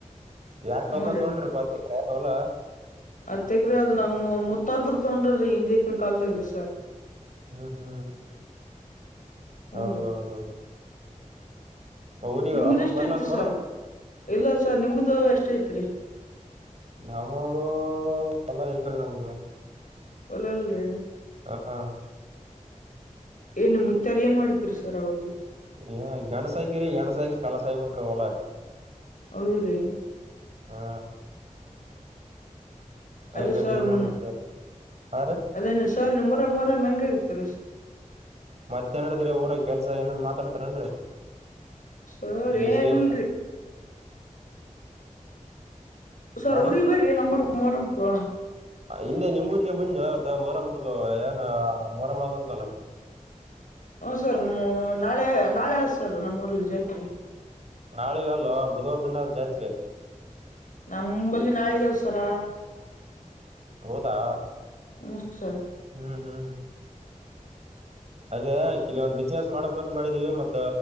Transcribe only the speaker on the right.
ಯಾರ್
ಕಲ್ದ
ತೋೊಂಡ್ರಿ ಬಂದ್ನಿಕಾಯಿ ಹೊಲ
ಹೂ ಹೂ
ಹೌದೌದೌದು
ಊರಿ
ಹಬ್ಬಕ್
ಬರ್ಲನ್
ಮೊರಂ
ನಮ್ದು ಹೊಲ ಇಲ್ರಿ ನಮ್ದು
ಹಾ
ಏ ಗಣ್ಸಾಯಕಿ ರರಿ ಎಣ್ಸಾಯಕಿ ಕಲಸ ಆಬಿಟ್ರಿ ಹೊಲಾ
ಹಾ ಅದಕರಿ
ಏನ್
ಮಾಡ್ತಿರಿ ಹಾ ರೀ
ಮತ್ತೆನಡಿದ್ರ ಊರ ಕೆಲ್ಸ ಏನಾರ್ ಮಾತಾಡ್ತಾರೇನ್ರಿ
ಇಲ್ಲಿ
ಸಿಎಂ
ಹಾ ರೀ
ಆ ಇಲ್ಲೇ ನಿಮ್ಮೂರಿಗೆ ಬಂದೋ ಅದ ಮೊರಮ ಬ ಏನ ಅ ಮೊರಮ ಅದಂತಲ್ಲ
ನಾಳೆಗೆ ಅಲ್ವಾ ಬುಧವಾರ ದಿನ ಜಾತ್ರಿ
ಹೌದಾ
ಹೂ ಹೂ ಅದೇ ಕೆಲವೊಂದ್ ಬಿಸ್ನೆಸ್ ಮಾಡಬೇಕಂತ ಮಾಡಿದೀವಿ ಮತ್ತ